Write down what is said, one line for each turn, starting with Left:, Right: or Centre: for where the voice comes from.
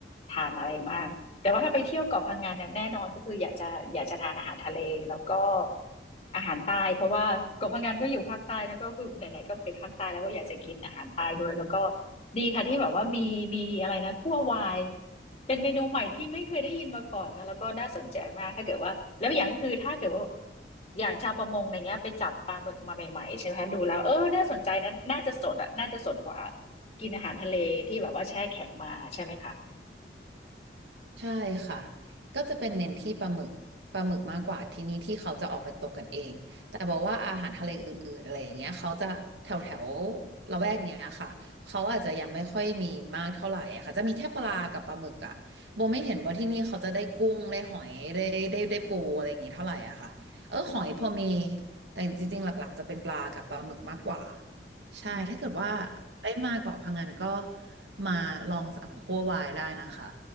Left: ทานอะไรมาก แต่ว่าถ้าไปเที่ยวเกาะพังงานเนี่ยแน่นอนก็คืออยากจะอยากจะทานอาหารทะเลแล้วก็อาหารใต้เพราะว่าเกาะพังงานก็อยู่ภาคใต้แล้วก็คือไหนๆก็ไปภาคใต้แล้วก็อยากจะกินอาหารใต้ด้วยแล้วก็ดีค่ะที่แบบว่ามีมีอะไรนะคั่ววายเป็นเมนูใหม่ที่ไม่เคยได้ยินมาก่อนค่ะแล้วก็น่าสนใจมากถ้าเกิดว่าแล้วอย่างก็คือถ้าเกิดว่าอย่างชาวประมงอะไรเงี้ยไปจับปลาหมึกมาใหม่ๆใช่ไหมคะดูแล้วเออน่าสนใจนะน่าจะสดอ่ะน่าจะสดกว่ากินอาหารทะเลที่แบบว่าแช่แข็งมาใช่ไหมคะ
Right: ใช่ค่ะ ก็จะเป็นเน้นที่ปลาหมึกปลาหมึกมากกว่าที่นี่ที่เขาจะออกไปตกกันเองแต่บอกว่าอาหารทะเลอื่นๆอะไรอย่างเงี้ยเขาจะแถวแถวละแวกเนี้ยค่ะเขาอาจจะยังไม่ค่อยมีมากเท่าไหร่อะค่ะจะมีแค่ปลากับปลาหมึกอะโบไม่เห็นว่าที่นี่เขาจะได้กุ้งได้หอยได้ได้ได้ปูอะไรอย่างงี้เท่าไหร่อะค่ะเออหอยพอมีแต่จริงๆหลักๆจะเป็นปลากับปลาหมึกมากกว่าใช่ถ้าเกิดว่า
Left: อืม
Right: ได้มาเกาะพังงานก็มาลองสั่งคั่ววายได้นะคะ